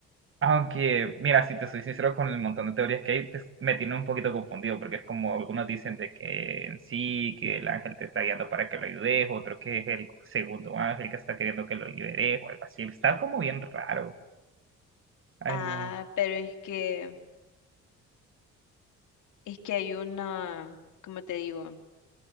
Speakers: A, on the right; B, on the left.
A: Aunque, mira, si te soy sincero con el montón de teorías que hay, pues, me tiene un poquito confundido, porque es como algunos dicen de que en sí, que el ángel te está guiando para que lo ayudes, otro que es el segundo ángel que está queriendo que lo liberes, o algo así. Está como bien raro. Ay,
B: Ah,
A: no.
B: pero es que, es que hay una, ¿cómo te digo?